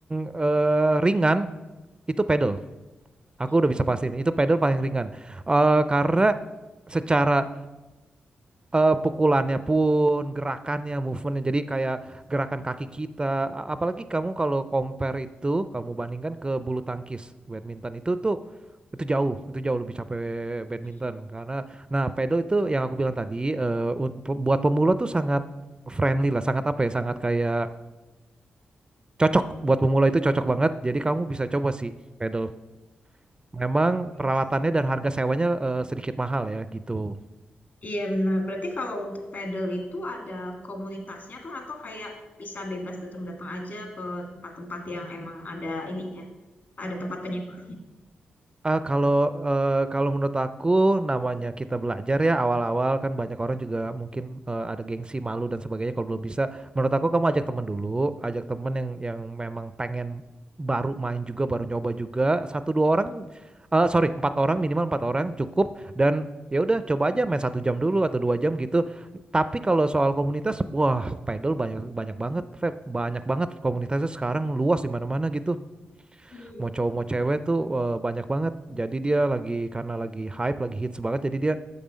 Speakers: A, on the right; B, on the left.
A: eh, ringan itu pedal. Aku
B: Hmm.
A: udah bisa pastiin itu pedal paling ringan. Eh, karena secara eh, pukulannya pun, gerakannya, movementnya. Jadi kayak gerakan kaki kita. A- Apalagi kamu kalau compare itu, kamu bandingkan ke bulu tangkis, badminton itu tuh itu jauh, itu jauh lebih capek badminton
B: Hmm.
A: karena nah pedal itu yang aku bilang tadi eh, un- pe- buat pemula tuh sangat friendly lah, sangat apa ya, sangat kayak cocok buat pemula itu cocok banget. Jadi kamu bisa coba sih pedal. Memang
B: Oke,
A: peralatannya
B: oke.
A: dan harga sewanya eh, sedikit mahal ya gitu.
B: Iya benar. Berarti kalau untuk pedal itu ada komunitasnya kah atau kayak bisa bebas datang-datang aja ke tempat-tempat yang emang ada ininya, ada tempat penyewa.
A: Ah, kalau eh, kalau menurut aku namanya kita belajar ya awal-awal kan banyak orang juga mungkin eh, ada gengsi malu dan sebagainya kalau belum bisa menurut aku kamu ajak temen dulu ajak temen yang yang memang pengen baru main juga baru nyoba juga satu dua orang eh sorry empat orang minimal empat orang cukup dan ya udah coba aja main satu jam dulu atau dua jam gitu tapi kalau soal komunitas wah pedal banyak banyak banget Feb. banyak banget komunitasnya sekarang luas di mana-mana gitu
B: Hmm.
A: mau cowok mau cewek tuh eh, banyak banget. Jadi dia lagi karena lagi hype, lagi hits banget. Jadi dia